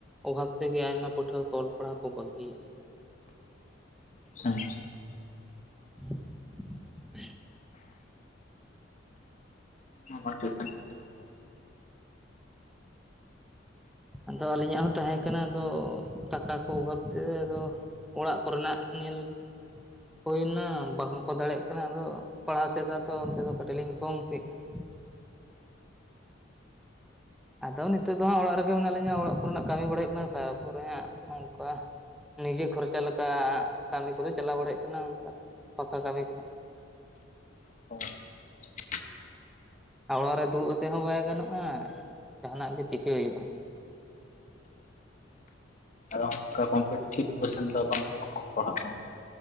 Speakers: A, in the centre; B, on the left.
A: ᱚᱵᱷᱟᱵᱽ ᱛᱮᱜᱮ ᱟᱭᱢᱟ ᱯᱟᱹᱴᱷᱩᱣᱟᱹ ᱠᱚ ᱚᱞ ᱯᱟᱲᱦᱟᱣ ᱠᱚ ᱵᱟᱹᱜᱤᱮᱜ ᱾
B: ᱥᱮᱸ
A: <inaudible>
B: ᱱᱚᱣᱟ ᱵᱟᱨ <unintelligible>
A: ᱟᱫᱚ ᱟᱹᱞᱤᱧᱟᱜ ᱦᱚᱸ ᱛᱟᱸᱦᱮ, ᱠᱟᱱᱟ ᱟᱫᱚ ᱴᱟᱠᱟ ᱠᱚ ᱚᱵᱷᱟᱵᱛᱮ ᱟᱫᱚ ᱚᱲᱟᱜ ᱠᱚᱨᱮᱱᱟᱜ ᱧᱮᱞ, ᱦᱩᱭᱱᱟ ᱵᱟᱝᱠᱚ ᱫᱟᱲᱮᱭᱟᱜ ᱠᱟᱱᱟ ᱟᱫᱚ ᱯᱟᱲᱦᱟᱣ ᱥᱮᱫ ᱟᱫᱚ ᱚᱱᱛᱮ ᱫᱚ ᱠᱟᱹᱴᱤᱡ ᱞᱤᱧ ᱠᱚᱢ ᱠᱮᱜᱼᱟ ᱾ ᱟᱫᱚ ᱱᱤᱛᱚᱜ ᱫᱚ ᱦᱟᱸᱜ ᱚᱲᱟᱜ ᱨᱮᱜᱮ ᱢᱮᱱᱟᱜ ᱞᱤᱧᱟ ᱚᱲᱟᱜ ᱠᱚᱨᱮᱱᱟᱜ ᱠᱟᱹᱢᱤ ᱵᱟᱲᱟᱭ ᱠᱟᱱᱟ ᱛᱟᱨᱯᱚᱨᱮ ᱦᱟᱸᱜ ᱱᱚᱝᱠᱟ, ᱱᱤᱡᱮ ᱠᱷᱚᱨᱪᱟ ᱞᱮᱠᱟ ᱠᱟᱹᱢᱤ ᱠᱚᱫᱚ ᱪᱟᱞᱟᱣ ᱵᱟᱲᱟᱭᱟᱜ ᱠᱟᱱᱟ ᱚᱱᱠᱟ ᱛᱟᱯᱟ ᱠᱟᱹᱢᱤ ᱠᱚᱦᱚᱸ,
B: <unintelligible>
A: ᱟᱨ ᱚᱲᱟᱜ ᱨᱮ ᱫᱩᱲᱩᱵ ᱠᱟᱛᱮᱫ ᱦᱚᱸ ᱵᱟᱭ ᱜᱟᱱᱚᱜᱼᱟ ᱡᱟᱦᱟᱱᱟᱜ ᱜᱮ ᱪᱤᱠᱟᱹᱭ ᱦᱩᱭᱩᱜᱼᱟ ᱾
B: ᱟᱫᱚ ᱚᱱᱠᱟ ᱠᱚᱢᱯᱤᱴᱤᱮᱴᱤᱵᱷ ᱠᱚᱥᱪᱮᱱ ᱫᱚ ᱵᱟᱝ ᱵᱤᱱ ᱚᱞ ᱯᱟᱲᱦᱟᱜ ᱠᱟᱱ ᱜᱮᱭᱟ